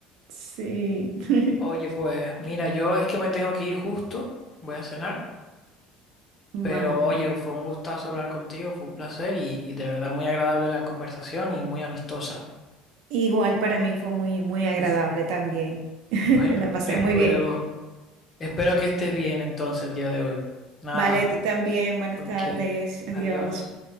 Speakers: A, on the right; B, on the left.
A: sí. <laughs>
B: Oye, pues mira, yo es que me tengo que ir justo, voy a cenar,
A: Vale.
B: pero oye, fue un gustazo hablar contigo, fue un placer y, y de verdad muy agradable la conversación y muy amistosa.
A: Igual para mí fue muy, muy agradable también. <laughs>
B: Bueno,
A: La pasé
B: espero,
A: muy bien.
B: espero que estés bien entonces el día de hoy. Nada,
A: Vale, tú también. Buenas
B: ok,
A: tardes. Adiós.
B: adiós.